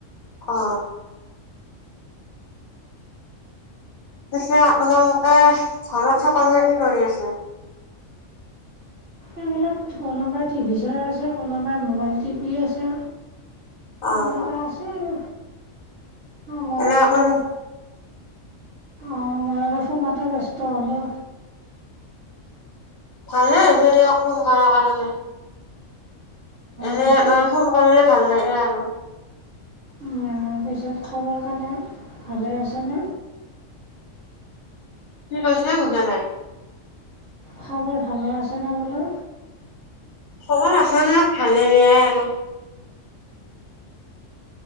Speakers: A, on the left; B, on the right.
A: অ পিছে আপোনালোকে ঘৰত সকলোৱে কি কৰি আছে
B: এইবিলাক কোনোবাই টিভি চাই আছে কোনোবাই মোবাইল টিভি আছে
A: অ',
B: এনেকুৱা আছে আৰু মই
A: এনে
B: আৰু
A: আপুনি
B: অ মই আৰু ফোনতে ব্যস্ত হ'লোঁ
A: ভালে হৈছে ফোন কৰাৰ কাৰণে এনে
B: পিছে
A: মান ফোন কৰিলে ভাল লাগে আৰু
B: তাৰপিছত খবৰ কাৰনে ভালে আছেনে
A: কি কৈছো বুজা নাই
B: খবৰ ভালে আছেনে বোলো
A: খবৰ আছোন ভালে বেয়াই আৰু